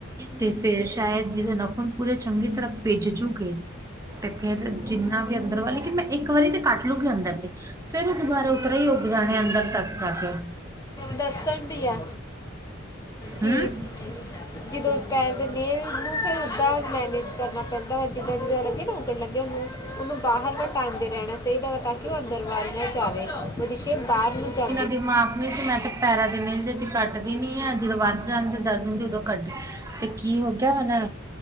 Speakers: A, on the right; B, on the left.
A: ਤੇ ਫੇਰ ਸ਼ਾਇਦ ਜਿਹਦਾ ਨਫਨ ਪੂਰੇ ਚੰਗੀ ਤਰ੍ਹਾਂ ਭਿੱਜਜੂਕੇ ਤੇ ਫੇਰ ਜਿੰਨਾ ਵੀ ਅੰਦਰ ਵਾ ਲੇਕ ਮੈਂ ਇੱਕ ਵਾਰੀ ਤੇ ਕੱਟ ਲੂਗੀ ਅੰਦਰ ਦੇ ਫੇਿਰ ਉਹ ਦੁਬਾਰਾ ਉਤਰੇ ਹੀ ਉੱਗ ਜਾਣੇ ਅੰਦਰ ਤੱਕ ਜਾ ਕੇ
B: ਦੱਸਣ ਦੀਆ ਕੀ
A: ਹੂੰ
B: ਜਦੋਂ ਪੈਰ ਦੇ ਨੇਰ ਨੂੰ ਫੇਿਰ ਉਓਦਾਂ ਮੈਨੇਜ ਕਰਨਾ ਪੈਂਦਾ ਵਾ ਜਿੱਦਾਂ ਜਿੱਦਾਂ ਲੱਗੇ ਨਾ ਉੱਗਣ ਲੱਗੇ ਉਹਨੂੰ ਉਹਨੂੰ ਬਾਹਰ ਨਾ ਟਾਂਦੇ ਰਹਿਣਾ ਚਾਹੀਦਾ ਵਾ ਤਾਂ ਕਿ ਉਹ ਅੰਦਰ ਵਾਹ ਨਾ ਜਾਵੇ ਉਹਸ਼ੇ ਬਾਹਰ ਨੂੰ ਜਾ
A: ਦਿਮਾਗ ਨਹੀਂੀ ਸੀ ਮੈਂ ਤੇ ਪੈਰਾਂ ਦੀ ਮੀਲ ਜਦੀ ਕੱਟਦੀ ਨੀ ਆ ਜਦੋਂ ਵੱਧ ਜਾਂ ਤੇ ਦਰਦ ਹੁੰਦੀ ਉਦੋਂ ਕੱਟਦੀ ਤੇ ਕੀ ਹੋ ਗਿਆ ਵਾ ਨਾ